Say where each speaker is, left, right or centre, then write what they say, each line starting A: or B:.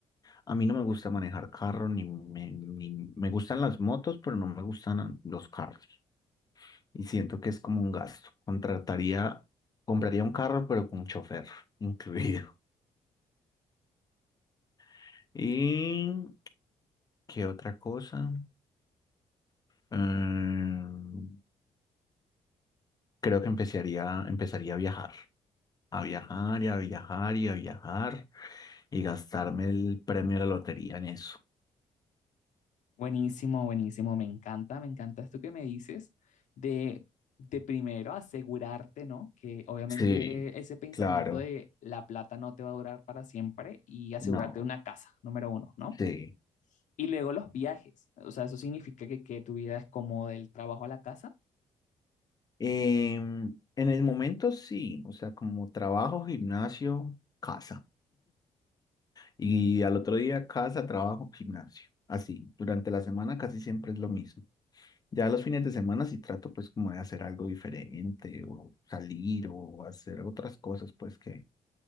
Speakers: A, on the left; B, on the left.
A: A mí no me gusta manejar carro, ni me, ni me gustan las motos, pero no me gustan los carros. Y siento que es como un gasto. Contrataría, compraría un carro, pero con un chofer incluido. <laughs> ¿Y qué otra cosa? Mm, creo que empezaría, empezaría a viajar. A viajar y a viajar y a viajar y gastarme el premio de la lotería en eso.
B: Buenísimo, buenísimo, me encanta, me encanta esto que me dices de, de primero asegurarte, ¿no? Que obviamente
A: Sí,
B: ese pensamiento
A: claro.
B: de la plata no te va a durar para siempre y asegurarte
A: No,
B: una casa, número uno, ¿no?
A: sí.
B: Y luego los viajes. O sea, eso significa que, que tu vida es como del trabajo a la casa.
A: Em, en el momento sí, o sea, como trabajo, gimnasio, casa. Y al otro día casa, trabajo, gimnasio. Así, durante la semana casi siempre es lo mismo. Ya los fines de semana sí trato pues como de hacer algo diferente o salir o hacer otras cosas pues que,